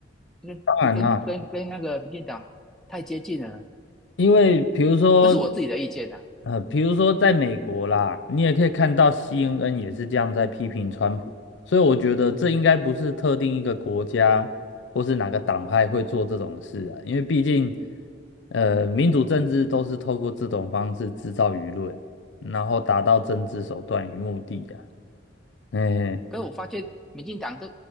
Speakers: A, in the centre; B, on the left.
A: 跟跟跟跟跟那个民进党太接近了。
B: 当然啦，因为比如说，
A: 我这是我自己的意见呐、
B: 呃，比如说在美国啦，你也可以看到 CNN 也是这样在批评川普，所以我觉得这应该不是特定一个国家或是哪个党派会做这种事啊，因为毕竟，呃，民主政治都是透过这种方式制造舆论，然后达到政治手段与目的啊，哎。
A: 可是我发现民进党都